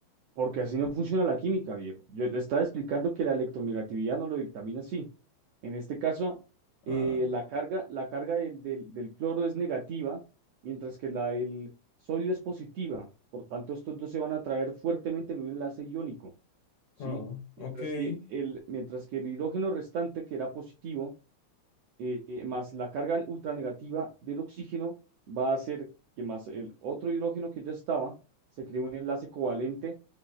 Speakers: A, on the right; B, on the left.
A: Porque así no funciona la química, viejo. Yo le estaba explicando que la electronegatividad no lo dictamina así. En este caso, eh,
B: Ah,
A: la carga, la carga del, del- del cloro es negativa, mientras que la del sodio es positiva. Por tanto, estos dos se van a atraer fuertemente en un enlace iónico, ¿sí?
B: oh,
A: Mientras
B: ok. ¿Qué
A: que el, mientras que el hidrógeno restante, que era positivo, eh, eh, más la carga ultranegativa del oxígeno, va a hacer que más el otro hidrógeno que ya estaba, se cree un enlace covalente,